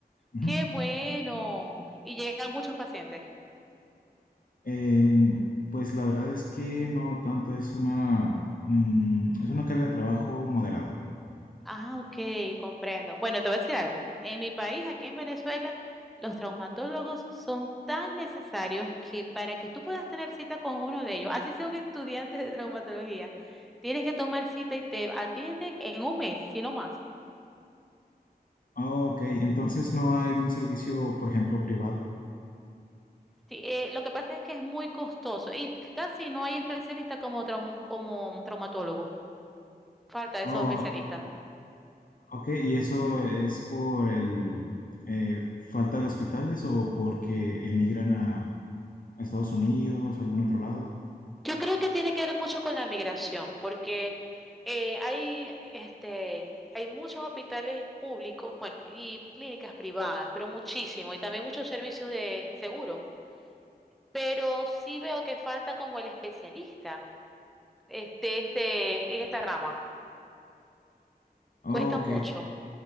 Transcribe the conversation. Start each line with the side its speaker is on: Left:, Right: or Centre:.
Left: Ujú.
Centre: Qué bueno. Y llegan muchos pacientes.
Left: Em, pues la verdad es que no tanto, es una, mm, es una carga de trabajo moderada.
Centre: Ah, ok, comprendo. Bueno, te voy a decir algo. En mi país, aquí en Venezuela, los traumatólogos son tan necesarios que para que tú puedas tener cita con uno de ellos, así sea un estudiante de traumatología, tienes que tomar cita y te atienden en un mes, si no más.
Left: Ah, ok, entonces no hay un servicio, por ejemplo, privado.
Centre: Sí, eh, lo que pasa es que es muy costoso y casi no hay especialista como, traum- como traumatólogo. Falta esos
Left: Oh,
Centre: especialistas.
Left: Ok, ¿y eso es por el eh, falta de hospitales o porque emigran a, a Estados Unidos o algún otro lado?
Centre: Yo creo que tiene que ver mucho con la migración, porque eh, hay, este, hay muchos hospitales públicos, bueno, y clínicas privadas, pero muchísimo, y también muchos servicios de seguro. Pero sí veo que falta como el especialista, este, este, en esta rama.
Left: Oh,
Centre: Cuesta
Left: ok,
Centre: mucho.